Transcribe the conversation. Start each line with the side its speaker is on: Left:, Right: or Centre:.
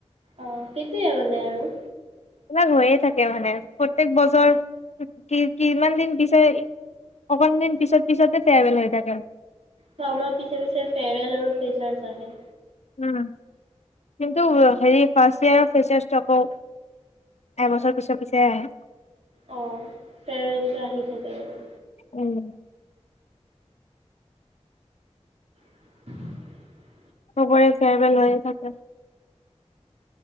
Right: অ' সেইটোৱে মানে আৰু।
Left: কিবা হৈয়ে থাকে মানে। প্ৰত্যেক বছৰ কি কিমান দিন পিছে, কিমান দিন পিছে পিছে ফেয়াৰবেল হৈ থাকে।
Right: ছমাহ পিছে পিছে ফেয়াৰবেল আৰু ফেচাছ আহে।
Left: উ কিন্তু হেৰি ফ্ৰাষ্ট ইয়াৰ ফ্ৰেচাছ আকৌ, এবছৰ পিছে, পিছে আহে।
Right: অ' ফেৰৱেলটো আহি থাকে আৰু।
Left: উম।
Right: <inaudible>
Left: চবৰে ফেয়াৰবেল হৈ থাকে।